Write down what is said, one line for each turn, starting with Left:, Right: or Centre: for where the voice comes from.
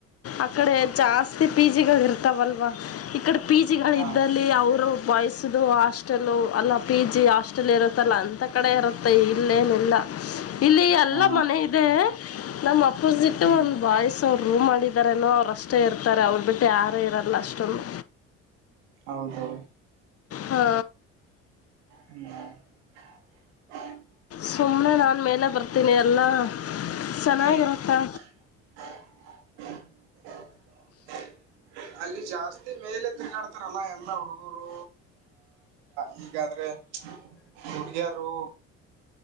Left: ಅಕಡೆ ಜಾಸ್ತಿ ಪಿಜಿಗಳು ಇರ್ತಾವಲ್ವಾ ಇಕಡೆ. ಪಿ ಜಿಗಳಿದ್ದಲ್ಲಿ
Right: ಹಾ
Left: ಅವರು ಬಾಯ್ಸದು ಹಾಸ್ಟೆಲ್ಲ ಅಲ್ಲ ಪಿ ಜಿ ಹಾಸ್ಟೆಲ್ ಇರುತ್ತಲ್ಲ ಅಂತ ಕಡೆ ಇರುತ್ತೆ ಇಲ್ಲೇನೆಲ್ಲ ಇಲ್ಲಿ ಎಲ್ಲ
Right: ಹಾ
Left: ಮನೆ ಇದೆ. ನಮ್ ಅಪೋಸಿಟ್
Right: ಹ್ಮ್
Left: ಒಂದ್ ಬಾಯ್ಸ್ ಅವರು ರೂಮ್ ಮಾಡಿದಾರನೋ ಅವರು ಅಷ್ಟೇ ಇರ್ತಾರೆ ಅವರು. ಮತೇ ಯಾರು ಇರಲ್ಲ ಅಷ್ಟೋಂದು
Right: ಹೌದು.
Left: ಹಾ.
Right: <unintelligible>
Left: ಸುಮ್ನೆ ನಾನ್ ಮೇಲೆ ಬರ್ತೀನಿ ಎಲ್ಲಾ ಚೆನ್ನಾಗಿರತ್ತಾ
Right: ಹ್ಮ್ <inaudible> ಅಲ್ಲಿ ಜಾಸ್ತಿ ಮೇಲೆ ತಿರುಗಾಡ್ತಾರಲ್ಲ ಎಲ್ಲಾ ಹುಡುಗರು ಹೀಗಾದ್ರೆ ಹುಡುಗಿಯರು